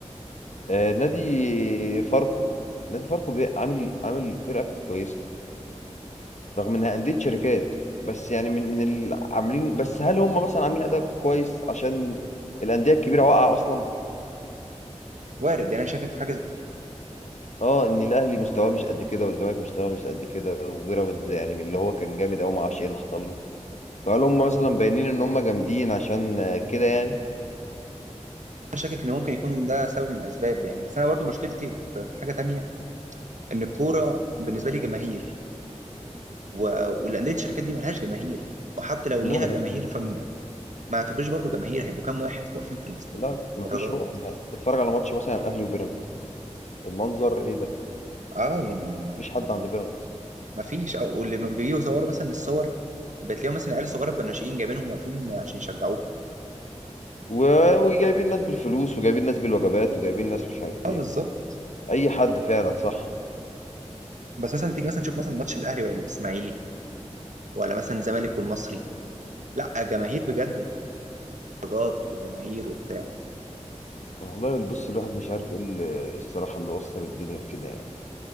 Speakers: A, on the left (about 70°); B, on the right (about 90°).
A: آه نادي فاركو نادي فاركو بي- عامل عامل فرقه كويسه رغم انها انديه شركات بس يعني من من اللي عاملين بس هل هم مثلا عاملين اداء كويس عشان الانديه الكبيره واقعه اصلا
B: وارد يعني انا شاكك في حاجه زي
A: اه ان الاهلي مستواه مش قد كده والزمالك مستواه مش قد كده وبيراميدز يعني اللي هو كان جامد قوي ما اعرفش ايه اللي حصل له فهل هم مثلا باينين ان هم جامدين عشان آه، كده يعني
B: انا شاكك ان ممكن يكون ده سبب من الاسباب يعني بس انا برضو مشكلتي في في حاجه تانية ان الكوره بالنسبه لي جماهير و... والانديه الشركات دي ملهاش جماهير وحتى لو
A: لا
B: ليها
A: ملهاش
B: جماهير
A: دعوة.
B: فما ما يعتبروش برضو جماهير هيبقوا كام واحد واقفين في الاست-
A: لا لا
B: في المدرجات
A: مفيش روح ما. اتفرج على ماتش مثلا الاهلي وبيراميدز المنظر ايه ده
B: اه يعني
A: ما مفيش حد عند بيراميدز
B: ما فيش او واللي لما بيجوا يصوروا مثلا الصور بتلاقيهم مثلا عيال صغيره بتوع الناشئين جايبينهم واقفين عشان يشجعوه
A: و- وجايبين ناس بالفلوس وجايبين ناس بالوجبات وجايبين ناس مش عارف
B: اه
A: ايه
B: بالظبط
A: اي حد فعلا صح
B: بس مثلا تيجي مثلا تشوف مثلا ماتش الاهلي ولا الاسماعيلي ولا مثلا الزمالك والمصري لا جماهير بجد درجات وجماهير وبتاع
A: والله بص الواحد مش عارف ايه ال- الصراحه اللي وصل الدنيا لكده يعني